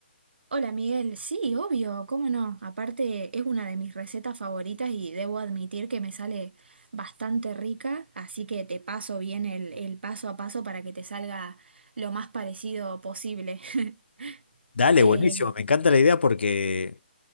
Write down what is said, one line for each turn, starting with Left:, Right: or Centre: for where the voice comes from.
Right: Hola Miguel, sí, obvio, cómo no. Aparte es una de mis recetas favoritas y debo admitir que me sale bastante rica, así que te paso bien el, el paso a paso para que te salga lo más parecido posible. <laughs>
Left: Dale,
Right: Eh,
Left: buenísimo, me encanta la idea porque